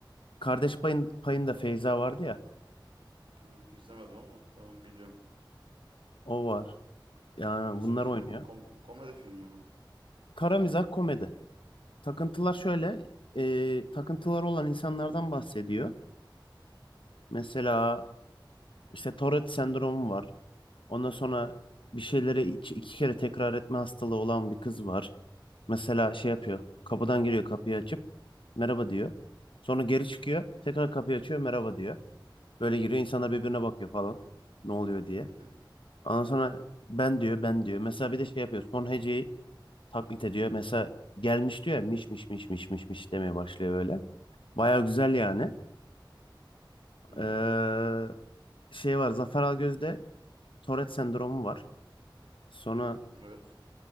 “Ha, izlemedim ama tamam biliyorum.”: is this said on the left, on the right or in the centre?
Right